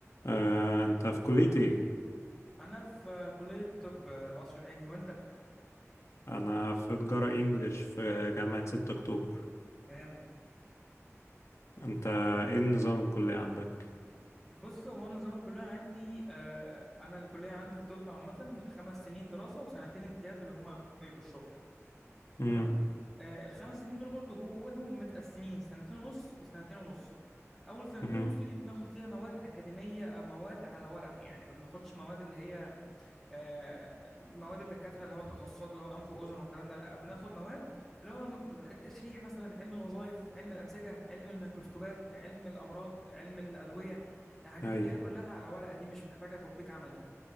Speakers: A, on the left; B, in the centre.
A: آه، انت في كلية ايه؟
B: انا في كليه طب القصر العيني وانت
A: انا في تجارة انجليش في جامعة 6 اكتوبر
B: تمام
A: انت ايه النظام الكلية عندك؟
B: بص هو انا نظام الكليه عندي آه، انا الكليه عندي الطب عامه خمس سنين دراسه وسنتين امتياز اللي هما بيبقوا الشغل
A: امم
B: تمام آه، الخمس سنين دول برضو جواهم متقسمين سنتين ونص وسنتين ونص اول سنتين
A: امم
B: ونص دي بناخد فيها مواد اكاديميه او مواد على ورق يعني ما بناخدش مواد اللي هي آه، مواد الدكاتره اللي هو تخصصات اللي هو انف واذن والكلام ده لا بناخد مواد اللي هو م- التشريح مثلا علم الوظائف علم الانسجه علم الميكروسكوبات علم الامراض علم الادويه الحاجات
A: اي
B: اللي هي كلها على ورق دي مش محتاجه تطبيق عملي